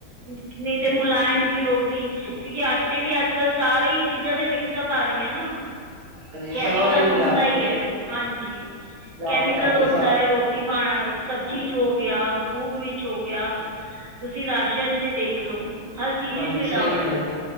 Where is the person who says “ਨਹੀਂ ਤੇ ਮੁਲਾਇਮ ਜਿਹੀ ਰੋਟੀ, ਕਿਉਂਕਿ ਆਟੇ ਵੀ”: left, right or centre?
Right